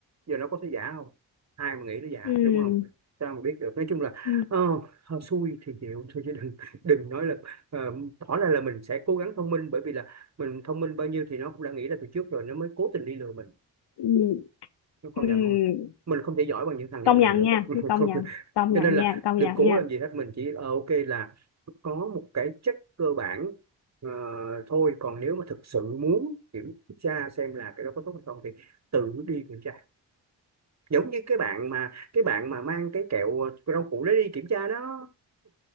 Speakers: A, on the right; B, on the left.
A: giờ nó có thể giả không ai mà nghĩ nó giả
B: ừ
A: đúng không sao mà biết được nói chung là
B: ừ
A: ờ, hên xui thì chịu thôi chứ đừng đừng nói là ờ, tỏ ra là mình sẽ cố gắng thông minh bởi vì là mình thông minh bao nhiêu thì nó cũng đã nghĩ ra từ trước rồi nó mới cố tình đi lừa mình
B: ừ
A: nó công
B: ừ.
A: nhận không mình không thể giỏi bằng những thằng đi
B: công
A: lừa
B: nhận
A: được
B: nha
A: <laughs>
B: công
A: Không,
B: nhận công
A: cho
B: nhận
A: nên là
B: nha công
A: đừng
B: nhận
A: cố
B: nha
A: làm gì hết mình chỉ ờ, ok là có một cái check cơ bản ờ, thôi còn nếu mà thực sự muốn kiểm tra xem là cái đó có tốt hay không thì tự đi kiểm tra giống như cái bạn mà cái bạn mà mang cái kẹo ờ, rau củ để đi kiểm tra đó